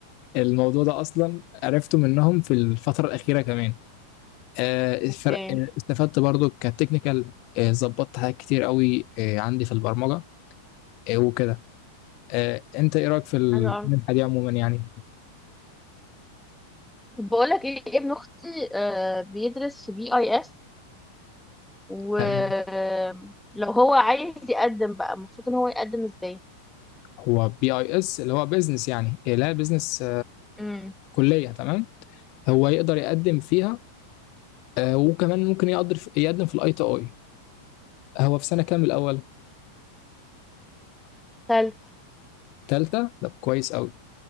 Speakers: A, on the left; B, in the centre.
A: الموضوع ده اصلا عرفته منهم في الفتره الاخيره كمان آه، الفرق
B: اوكي
A: آه، استفدت برضو كتكنيكال آه، ظبطت حاجات كتير قوي آه، عندي في البرمجه آه، وكده آه، انت ايه رايك في المنحه
B: حلو قوي
A: دي عموما يعني
B: طب بقولك ايه ابن اختي آه، بيدرس في بي اي اس ولو
A: تمام
B: هو عايز يقدم بقى المفروض ان هو يقدم ازاي
A: هو بي اي اس اللي هو بيزنس يعني آه، لا بيزنس
B: امم
A: كليه تمام هو يقدر يقدم فيها آه، وكمان ممكن يقدر يقدم في الاي تي اي هو في سنة كام الأول؟
B: تالت
A: تالتة؟ طب كويس أوي